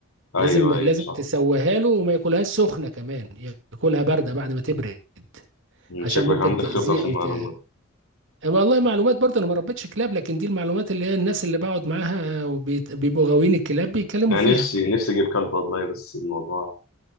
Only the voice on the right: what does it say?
لازم لازم
تسويها له وما ياكلهاش سخنه كمان ياكلها بارده بعد ما تبرد
عشان
ممكن
تاذيه
او
ت...
أه، والله معلومات برضه انا ما ربيتش كلاب لكن دي المعلومات اللي هي الناس اللي بقعد معاها وبيبقوا غاويين الكلاب بيتكلموا
فيها